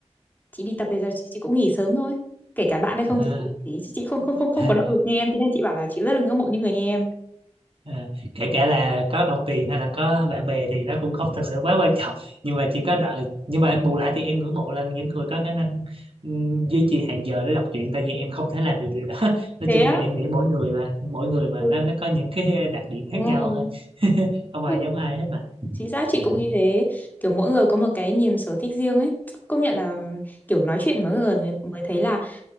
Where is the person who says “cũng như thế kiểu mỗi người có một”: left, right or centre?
Left